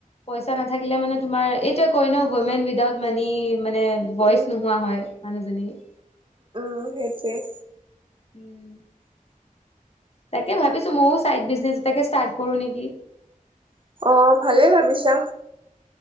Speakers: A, on the left (about 45°); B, on the right (about 40°).
A: পইচা নাথাকিলে মানে তোমাৰ এইটোোৱে কয় ন ইমেন উইদাউট মানি মানে ভইচ
B: উম
A: নোহোৱা হয় মানজননিী
B: অ সেইটোৱ
A: উম তাকে ভাবিছো মইও চাইড বিজনেছ এটাকে ষ্টাৰ্ট কৰো নেকি
B: অ ভালে ভাবিছা